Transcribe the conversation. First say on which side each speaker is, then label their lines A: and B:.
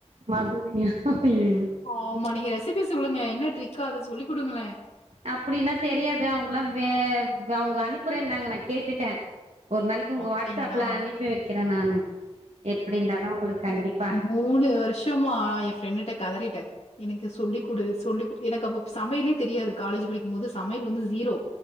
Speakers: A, on the right; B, on the left.
A: மதுரை ஐய்யய்யோ
B: ஆமா நீங்க ரெசிபி சொல்லுங்க என்ன ட்ரிக் அது சொல்லி குடுங்களே
A: அப்படின்னா தெரியாது அவங்கல்லா வே அவங்க அனுப்புறன்னாங்க நா கேட்டுட்ட ஒரு நாளைக்கு உங்க
B: அப்படிங்களா?
A: வாட்ஸ்சாப்ல அனுப்பி வைக்கிறே நானு எப்டி இருந்தாலு உங்களுக்கு கண்டிப்பா
B: மூணு வருஷமா ஏ ஃப்ரெண்டுட்ட கதறிட்டே எனக்கு சொல்லி குடு சொல்லி எனக்கு அப்போ சமையலே தெரியாது காலேஜ் படிக்கும் போது சமையல் வந்து ஜீரோ